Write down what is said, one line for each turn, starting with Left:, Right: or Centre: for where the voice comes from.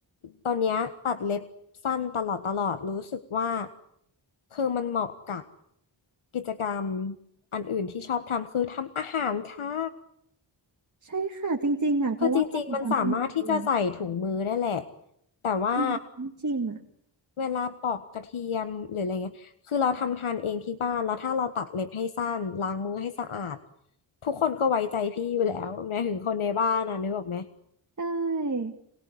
Left: ตอนเนี้ยตัดเล็บสั้นตลอดตลอดรู้สึกว่าคือมันเหมาะกับกิจกรรมอันอื่นที่ชอบทำคือทำอาหารค่ะ
Right: ำใช่ค่ะจริงๆอ่ะเพราะว่าตองอะทำขนมเลย
Left: คือจริงๆมันสามารถที่จะใส่ถุงมือได้แหละแต่ว่า
Right: อืมไม่ชินอ่ะ
Left: เวลาปอกกระเทียมหรืออะไรเงี้ยคือเราทำทานเองที่บ้าน แล้วถ้าเราตัดเล็บให้สั้น ล้างมือให้สะอาด ทุกคนก็ไว้ใจพี่อยู่แล้วแม้ถึงคนในบ้านนะนึกออกไหม
Right: ใช่